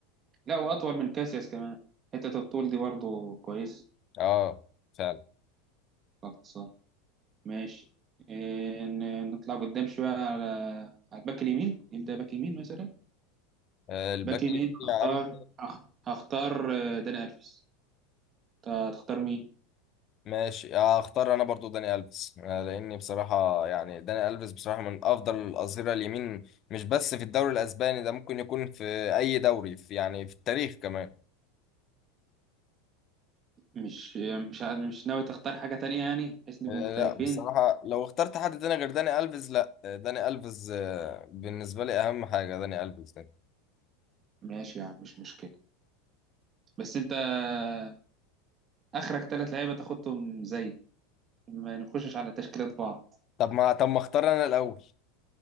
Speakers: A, on the right (about 30°); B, on the left (about 40°).
A: لا وأطول من كاسياس كمان حتة الطول دي برضه كويس
B: اه فعلا
A: خلصان ماشي إيه، ن- نطلع قدام شوية على على الباك اليمين نبدأ باك يمين مثلا
B: آه، الباك
A: باك يمين
B: اليمين
A: هختار
B: يا عم
A: هخ- هختار آه، داني ألفيس ت- هتختار مين
B: ماشي اختار انا برضو داني الفيس آه، لاني بصراحه يعني داني الفيس بصراحه من افضل الاظهره اليمين مش بس في الدوري الاسباني ده ممكن يكون في اي دوري في يعني في التاريخ كمان
A: مش مش ه- مش ناوي تختار حاجة تانية يعني بحيث نبقى
B: آه،
A: مختلفين
B: لا بصراحه لو اخترت حد تاني غير داني الفيس لا آه، داني الفيس آه، بالنسبه لي اهم حاجه داني الفيس ده
A: ماشي يعني مش مشكلة بس انت آه، اخرك ثلاث لعيبة تاخدهم زي ما نخشش على تشكيلة بعض
B: طب ما طب ما اختار انا الاول